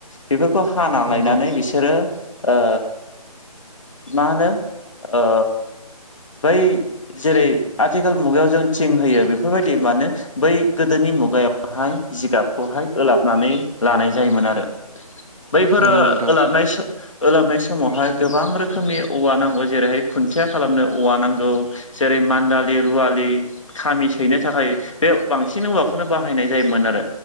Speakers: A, on the left (about 55°); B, on the right (about 70°).
A: बेफोरखौ हाना
B: नंगौ
A: लायनानै
B: नंगौ
A: बिसोरो ओ मा होनो ओ बै जेरै आथिखाल मुगायाव जों थिं होयो बेफोरबायदि मानो बै गोदोनि मुगायावहाय जिगाबखौहाय ओलाबनानै लानाय जायोमोन आरो। बैफोरो
B: नंगौ नोंथां
A: ओलाबनाय ओलाबनाय समावहाय गोबां रोखोमनि औवा नांगौ जेरैहाय खुन्थिया खालामनो औवा नांगौ। जेरै मान्दालि रुवालि खामि सैनो थाखाय बे बांसिन औवाखौनो बाहायनाय जायोमोन आरो।